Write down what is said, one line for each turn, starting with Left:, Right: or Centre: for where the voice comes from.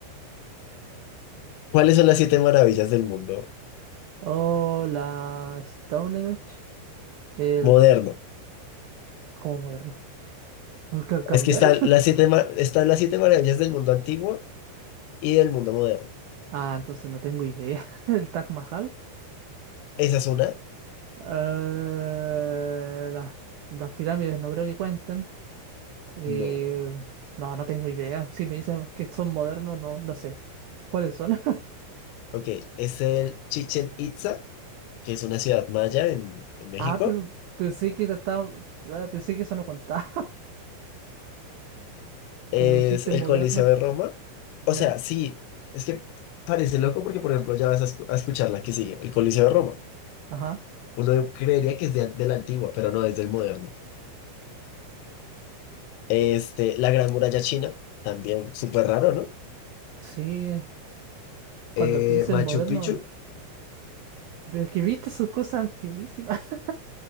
Left: ¿Cuáles son las siete maravillas del mundo
Right: Hola, Stone Age, El...
Left: moderno?
Right: ¿Cómo moderno? ¿Ca- ¿Cambiaron?
Left: Es que están
Right: <laughs>
Left: las siete, ma- están las siete maravillas del mundo antiguo y del mundo moderno.
Right: Ah, entonces no tengo idea. <laughs> El Taj Mahal.
Left: ¿Esa es una?
Right: Eh, las, las pirámides no creo que cuenten. Eh,
Left: No.
Right: no, no tengo idea. Si me dicen que son modernos, no, no sé. ¿Cuáles son? <laughs>
Left: Ok, es el Chichen Itza, que es una ciudad maya en, en México.
Right: Ah, pero pensé que trataba- ah, pensé que eso no contaba. <laughs>
Left: Es
Right: Como dijiste,
Left: el
Right: moderno.
Left: Coliseo de Roma.
Right: Ya.
Left: O sea, sí, es que parece loco porque, por ejemplo, ya vas a, escu- a escuchar la que sigue, el Coliseo de Roma.
Right: Ajá.
Left: Uno creería que es de, an- de la antigua, pero no, es del moderno. Este, la Gran Muralla China, también súper raro, ¿no?
Right: Sí. Cuando
Left: Eh,
Right: me dicen
Left: Machu
Right: moderno,
Left: Picchu,
Right: pero es que viste sus cosas antiguísimas. <laughs>